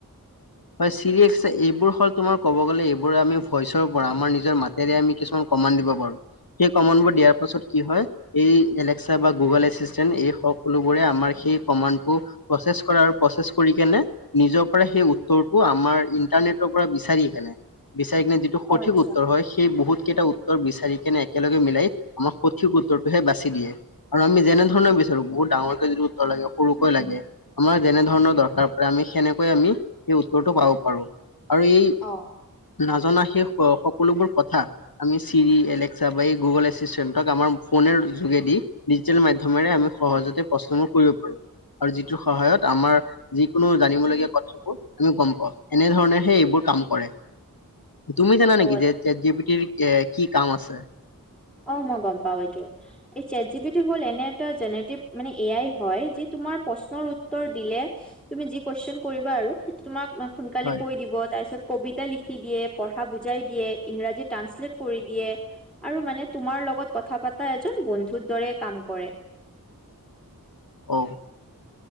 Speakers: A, on the left; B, in the centre.
A: হয়, চিৰি এইবোৰ হ'ল, তোমাৰ ক'ব গ'লে এইবোৰ আমি ভইচৰ পৰা, আমাৰ নিজৰ মাত তেয়া, আমি কিছুমান কমান দিব পাৰো। সেই কমান বোৰ দিয়াৰ পাছত কি হয় এই এলেক্সা বা গুগল এ <unintelligible> এই সকলোবোৰে আমাৰ সেই কমানটো প্ৰচেচ কৰে আৰু প্ৰচেচ কৰি কেনে নিজে কৰে সেই উত্তৰটো আমাৰ ইন্টাৰনেটৰ পৰা বিচাৰি কেনে-বিচাৰি কিনে যি ত' সঠিক
B: অ আচ্ছা
A: উত্তৰ হয় সেই বহুত কেইটা উত উত্তৰ বিচাৰি কেনে একেলগে মিলাই আমাক সঠিক উত্তৰটোহে বাচি দিয়ে আৰু আমি যেনেধৰণে <unintelligible> বহুত ডাঙৰকে যিটো উত্তৰ লাগে, সৰুকৈ
B: উম
A: লাগে
B: উম
A: আমাৰ যেনে ধৰণৰ দৰকাৰ পৰে আমি সেনেকৈ আমি সেই উত্তৰটো পাব পাৰো আৰু এই
B: অ',
A: নাজানা সেই সকলোবোৰ কথা আমি চিৰি এলেক্সা বা এই গুগল এছিচষ্টেণ্টক আমাৰ ফোনেৰ যোগেদি ডিজিটেল মাধ্যমৰে আমি সহজতে <unintelligible> কৰিব পাৰো। আৰু যিটোৰ সহায়ত আমাৰ যিকোনো জানিবলগীয়া কথা আমি গ'ম পাওঁ এনে ধৰণে হে এইবোৰ কাম কৰে তুমি জানা নেকি
B: অ অ
A: যে চে'ট জি পি টিৰ কে কি কাম আছে?
B: অ, মই গ'ম পাওঁ এইটো। এই চে'ট জি পি টি হ'ল এনে এটা জেনেটিভ মানে এ আই হয় যি তোমাৰ প্ৰশ্নৰ উত্তৰ দিলে তুমি যি কুৱেচন কৰিবা আৰু সেইটো তোমাক সোনকালে
A: হয়
B: কৈ দিব তাৰপিছত কবিতা লিখি দিয়ে, পঢ়া বুজাই দিয়ে, ইংৰাজী ট্ৰাঞ্চলেট কৰি দিয়ে আৰু মানে তোমাৰ লগত কথা পাতা এজন বন্ধুৰ দৰে কাম কৰে।
A: অ',